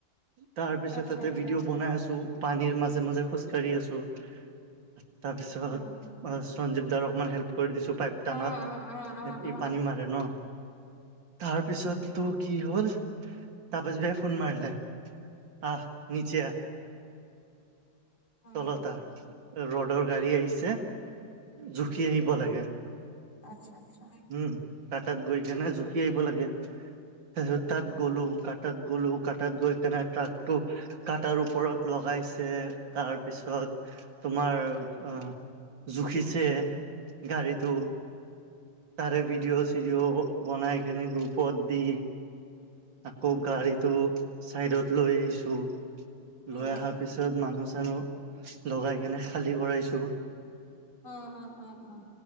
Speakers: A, on the right; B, on the left.
A: তাৰপিছত
B: আচ্ছা
A: তাতে
B: আচ্ছা।
A: ভিডিঅ' বনাই আছোঁ, পানীৰ মাজে - মাজে খোজকাঢ়ি আছোঁ', তাৰপিছত
B: উম,
A: আহ',
B: উম।
A: সঞ্জীৱ দাৰক অকমান হেল্প কৰি দিছোঁ পাইপ
B: উম,
A: টানাত',
B: উম,
A: এই',
B: উম, উম,
A: পি',
B: উম।
A: ই পানী মাৰে ন, তাৰপিছত
B: অ',
A: তোক', কি হ'ল, তাপস ভাইয়া ফোন মাৰিলে', আহ', নিচে আহ',
B: অ',
A: তলত আহ', ৰোডৰ গাড়ী আহিছে', জুখি আহিব লাগে',
B: আচ্ছা আচ্ছা।
A: উম', তাত', -তাত গৈ কিনে জুখি আহিব লাগে', তাৰপিছত তাত গ'লো কাতত গ'লো কটাত গৈকেনে ট্ৰাকটো কাটাৰ ওপৰত লগাইছে তাৰপিছত তোমাৰ অ জুখিছে গাড়ীটো তাৰে
B: উম,
A: ভিডিঅ' চিডিঅ' বনাই কিনে গ্ৰুপত দি আকৌ গাড়ীত টো চাইডত লৈ আহিছো
B: উম,
A: লৈ অহাৰ পিছত মানুহ চানুহ লগাই কেনে খালী কৰাইছো
B: অ অ অ অহ